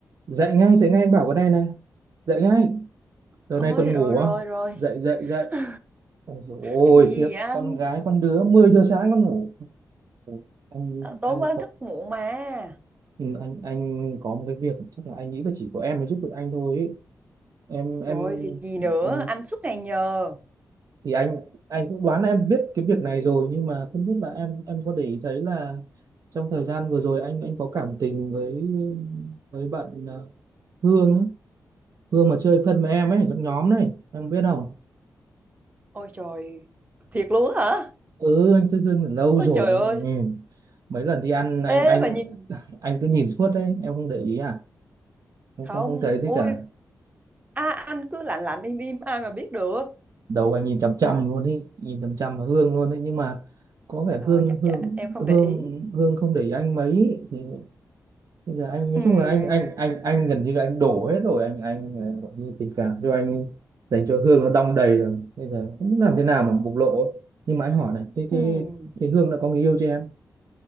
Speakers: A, on the right (about 60°); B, on the right (about 25°).
A: dậy ngay dậy ngay anh bảo con này này dậy ngay giờ
B: Ôi
A: này còn
B: rồi
A: ngủ
B: rồi
A: à
B: rồi
A: dậy dậy dậy
B: <laughs>
A: ôi dồi ôi,
B: Cái vụ gì
A: khiếp
B: vậy anh
A: con gái con đứa 10 giờ sáng con ngủ Ủa, anh
B: à, Tối
A: anh
B: mới
A: có-
B: thức muộn mà
A: ừ, anh anh có một cái việc chắc là anh nghĩ là chỉ có em mới giúp được anh thôi ấy. em em
B: Rồi việc gì nữa
A: ừ,
B: Anh suốt ngày nhờ
A: thì anh anh cũng đoán là em biết cái việc này rồi nhưng mà không biết là em em có để ý thấy là trong thời gian vừa rồi anh anh có cảm tình với với bạn ờ, Hương ấy. Hương mà chơi thân với em ấy trong nhóm này em biết không
B: Ôi trời Thiệt luôn á hả
A: ừ anh thức hương từ lâu
B: Ôi
A: rồi
B: trời
A: anh
B: ơi
A: ừ. mấy lần đi ăn anh
B: Ê
A: anh
B: mà nhìn
A: anh cứ nhìn suốt đấy em không để ý à không
B: Không
A: không không thấy thế
B: Ôi
A: cả
B: à, Anh cứ lạnh lạnh im im Ai mà biết được
A: đầu anh nhìn chằm chằm luôn đi nhìn chằm chằm vào Hương luôn đấy nhưng mà có vẻ
B: Ờ
A: Hương
B: chắc
A: Hương
B: chả, em không
A: Hương
B: để ý
A: Hương không để ý anh mấy thì bây giờ anh nói
B: Ừm,
A: chung là anh anh anh anh gần như là anh đổ hết rồi anh anh ờ, gọi như tình cảm cho anh dành cho Hương nó đong đầy rồi bây giờ không biết làm thế nào mà bộc lộ ấy. nhưng mà anh hỏi này thế
B: ừm.
A: thế thế Hương đã có người yêu chưa em